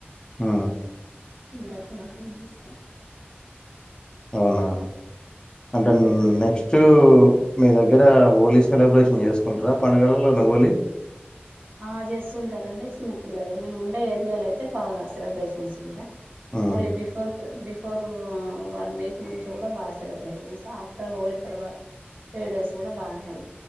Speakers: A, on the left; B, on the right.
A: ఆ
B: అన్ని రకాల వంటలు చేస్త
A: అవునా అంటే
B: అవును
A: నెక్స్ట్ మీ దగ్గర హోలీ సెలబ్రేషన్ చేసుకుంటర పండుగలలోనే హోలీ
B: ఆ చేస్తుంటారండి చిన్నపిల్లలు మేము ఉండే ఏరియాలో అయితే బాగా సెలబ్రేషన్స్ ఉంటాయి
A: హ్మ్
B: Holi before before one week నుంచి కూడా బాగా సెలబ్రేషన్స్ ఆఫ్టర్ హోలీ తర్వాత త్రీ డేస్ కూడా బాగానే హె